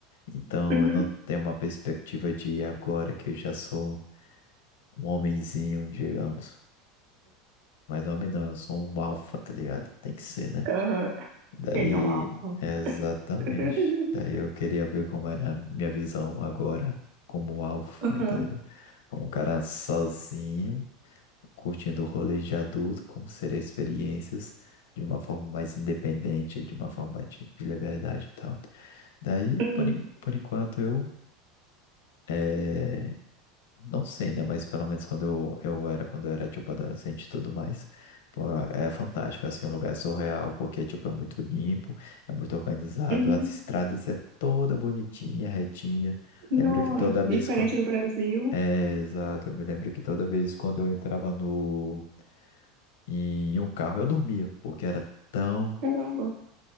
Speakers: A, on the left; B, on the right.
A: Então,
B: Uhum.
A: eu não tenho uma perspectiva de ir agora que eu já sou um homenzinho, digamos. Mas homem não, eu sou um alfa, tá ligado? Tem que ser, né?
B: Aham.
A: Daí,
B: Ele é um alfa.
A: exatamente.
B: <laughs>
A: Daí eu queria ver como era a minha visão agora, como um alfa,
B: Aham.
A: entendeu? Como um cara sozinho, curtindo o rolê de adulto, como seriam experiências de uma forma mais independente, de uma forma mais de de liberdade e tal. Daí,
B: Uhum.
A: por, en- por enquanto, eu eh, não sei, né? Mas pelo menos quando eu, eu era, quando eu era, tipo, adolescente e tudo mais, pô, é fantástico, assim, um lugar é surreal, porque, tipo, é muito limpo, é muito organizado,
B: Uhum.
A: as estradas é toda bonitinha, retinha.
B: Nossa,
A: Lembro que toda vez
B: diferente
A: quando...
B: do Brasil.
A: É, exato, eu me lembro que toda vez quando eu entrava no... em um carro, eu dormia, porque era tão
B: Caramba,